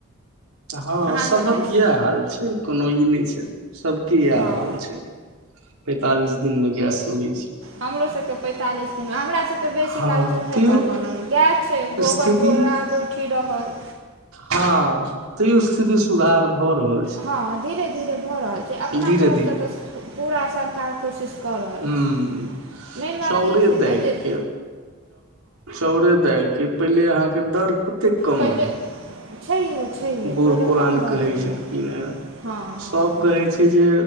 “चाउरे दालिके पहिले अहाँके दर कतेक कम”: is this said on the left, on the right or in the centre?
Right